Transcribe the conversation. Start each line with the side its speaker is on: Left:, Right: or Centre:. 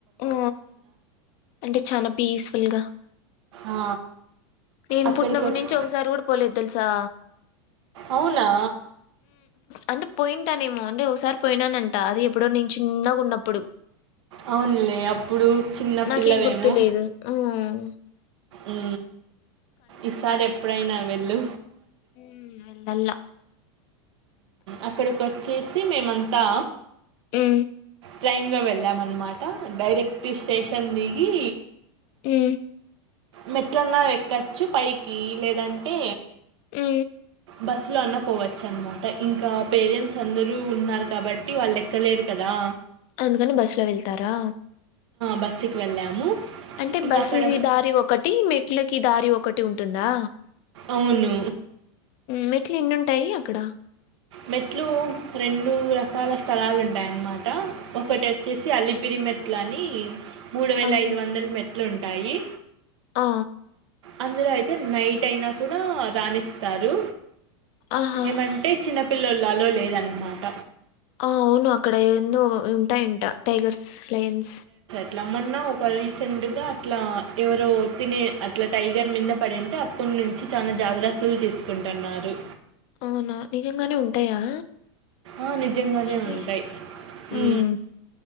Left: ఆ అంటే చాలా పీస్ఫుల్గా
Right: ఆ,
Left: నేను
Right: అక్కడికి
Left: పుట్టినప్పటి
Right: వచ్చి
Left: నుంచి ఒకసారి కూడా పోలేదు తెలుసా
Right: అవునా
Left: అంటే పోయింటానేమో అ ఒకసారి పోయినానంట అది ఎప్పుడో నను చిన్నగా ఉన్నప్పుడు
Right: అవునులే అప్పుడు చిన్న
Left: నాకేం
Right: పిల్లవేమో
Left: గుర్తులేదు మ్,
Right: ఉ ఈసారి ఎప్పుడైనా వె హలో
Left: హ అ
Right: అక్కడికి వచ్చేసి మేమంతా
Left: ఆ
Right: ట్రైన్లో వెళ్ళామన్నమాట డైరెక్ట్ స్టేషన్ దిగి
Left: ఆ
Right: మెట్లలా ఎక్కచ్చు పైకి లేదంటే
Left: ఆ
Right: బస్సులో అన్న పోవచ్చ అనమాట ఇంకా పేరెంట్స్ అందరూ ఉన్నారు కాబట్టి వాళ్ళు ఎక్కలేరు కదా
Left: అందుకని బస్ లో వెళ్తారా
Right: బస్సుకి వెళ్ళాము
Left: అంటే
Right: ఇంగక్కడ
Left: బస్ దారి ఒకటి ఒకటి మెట్లకి దారి ఒకటి ఉంటుందా.
Right: అవును.
Left: మెట్లు ఎన్నింటాయి అక్కడ.
Right: మెట్లు రెండు రకాల స్థలాలు ఉంటాయన్నమాట. ఒకటి వచ్చేసి
Left: హ్మ్.
Right: అలిపిరిమె ట్లాని మూడు వేల
Left: ఆహా!
Right: ఐదు వందలు మె ట్లుంటాయి
Left: ఆ
Right: అందులో అయితే నైట్ అయినా కూడా రానిస్తారు.
Left: ఆహా!
Right: ఏమంటే చిన్న పిల్లోల్లు అలో లేదన్నమాట.
Left: ఆ అవును అక్కడ ఎందో ఉంటాయ అంట టైగర్స్, లయన్స్.
Right: ఇట్లా మొన్న ఒక రీసెంట్గా అట్లా ఎవరో తినే అట్లా టైగర్ మీద పడింటే అప్పటి నుంచి చాలా జాగ్రత్తలు తీసుకుంటున్నారు.
Left: అవునా నిజంగానే ఉంటాయా.
Right: ఆ నిజంగానే
Left: ఉంటాయిలే.
Right: ఉంటాయి హ్
Left: హ్మ్.